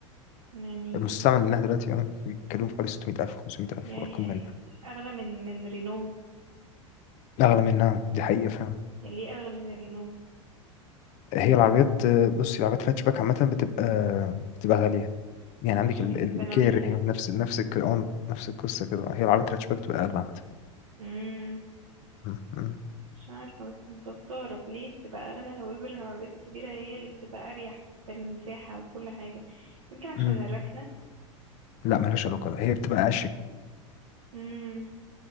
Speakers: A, on the right; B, on the left.
A: يعني
B: فالمستعمل منها دلوقتي اه بيتكلموا في حوالي 600000 500000
A: يعني
B: ارقام غريبه
A: اغلى من من رينو
B: اغلى منها دي حقيقه
A: يعني ليه اغلى من الرينو
B: هي العربيات بصي العربيات الهاتشباك عامة بتبقى بتبقى غالية يعني عندك
A: عشان
B: ال- ال-
A: بناويت
B: الكير
A: يعني
B: هي نفس نفس الك- آه، نفس القصة كده هي العربيات الهاتشباك بتبقى أغلى عامة
A: امم
B: مم، مم،
A: مش عارفه بس بستغرب ليه بتبقى اغلى هوايبر العربيات الكبيره هي اللي بتبقى اريح في المساحه وكل حاجه يمكن عشان
B: مم.
A: الركنه
B: لا ملهاش علاقة لا هي بتبقى أشيك
A: امم